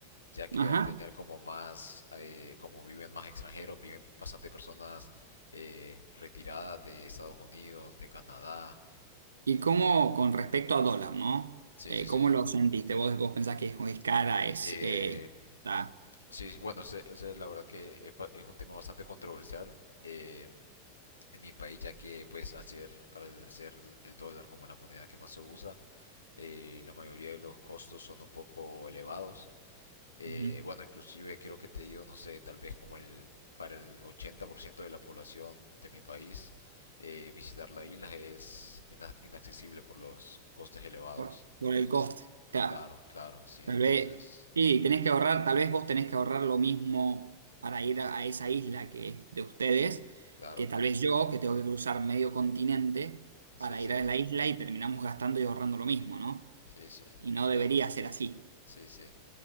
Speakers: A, on the left (about 75°); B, on the right (about 70°).
A: ya que
B: Ajá.
A: al tener como más, eh, como viven más extranjeros, viven bastante personas eh, retiradas de Estados Unidos, de Canadá.
B: ¿Y cómo con respecto a dólar, no?
A: Sí,
B: Eh,
A: sí, sí.
B: ¿cómo lo sentiste? ¿Vos, vos pensás que es, es cara? Es,
A: Eh,
B: eh, está-
A: Sí, sí, bueno, ese- esa es la verdad que es pa- es un tema bastante controversial eh, en mi país, ya que pues al ser, al ser el dólar como la moneda que más se usa, eh, la mayoría de los costos son un poco elevados. Eh,
B: Ujú.
A: bueno, inclusive creo que te digo, no sé, tal vez como el para el 80% de la población de mi país, eh, visitar la isla es ina- inaccesible por los costes elevados.
B: por, por el coste, claro.
A: Claro, claro, sí,
B: Tal
A: entonces,
B: vez, y tenés que ahorrar, tal vez vos tenés que ahorrar lo mismo para ir a, a esa isla que es de ustedes,
A: claro,
B: que tal vez yo, que tengo que cruzar medio continente
A: sí,
B: para
A: sí,
B: ir a la isla y terminamos gastando y ahorrando lo mismo, ¿no?
A: sí, sí,
B: Y no debería
A: claro,
B: ser así.
A: sí, sí.